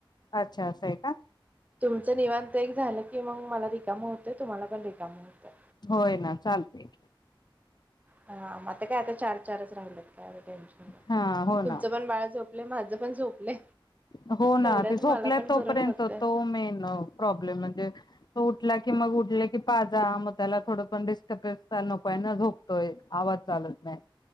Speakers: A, on the left; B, on the right.
A: अच्छा असं आहे का
B: अस निवांत एक झालं की मग मला रिकाम होतय तुम्हाला पण रिकाम होतय.
A: होय ना चालते
B: हा म आता काय आता चार चारच राहिलेत काय टेन्शन नाही
A: हा हो
B: तुमचं
A: ना
B: पण बाळ झोपलय माझ पण झोपलय
A: हो ना
B: तेवढ्यात
A: ते झोपल्या
B: मला पण
A: तोपर्यंत
B: करून होतय.
A: तो मेन प्रॉब्लेम म्हणजे तो उठला की मग उठल की पाजा मग त्याला थोडं पण डिस्टर्बन्स नको व्हय ना झोपतोय आवाज चालत नाही